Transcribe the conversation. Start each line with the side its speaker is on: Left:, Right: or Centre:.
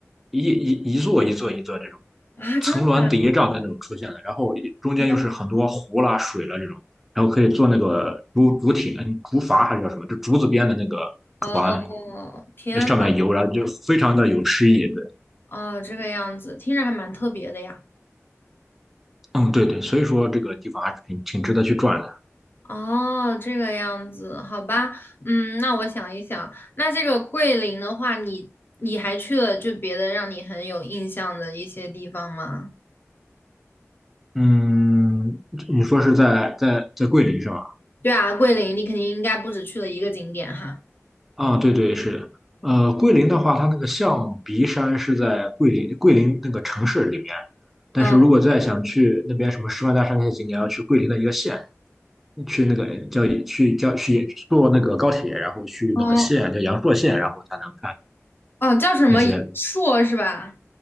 Centre: 一一一座一座一座这种
Left: 啊，真的假
Centre: 层峦叠嶂的那种出现的，然后中间又是很多湖啦、
Left: 的？
Centre: 水啦这种，然后可以坐那个竹竹艇、嗯竹筏还是叫什么，就竹子编的那个
Left: 哦，
Centre: 船，
Left: 天呐，
Centre: 那上面游，然后就非常的有诗意。对，
Left: 哦，这个样子，听着还蛮特别的呀。
Centre: 嗯，对对，所以说这个地方还是挺挺值得去转的。
Left: 哦，这个样子，好吧，嗯，那我想一想，那这个桂林的话，你你还去了就别的让你很有印象的一些地方吗？
Centre: 嗯，你说是在在在桂林是吧？
Left: 对啊，桂林你肯定应该不止去了一个景点哈。
Centre: 啊，对对是的呃，桂林的话，它那个象鼻山是在桂林桂林那个城市里面，但是如果再想去那边什么十万大山那些景点，
Left: 嗯
Centre: 要去桂林的一个县，去那个叫去叫去坐那个高铁，然后去那个县叫阳朔县，
Left: 嗯
Centre: 然后才能看
Left: 哦，叫什么阳朔是吧？
Centre: 那些，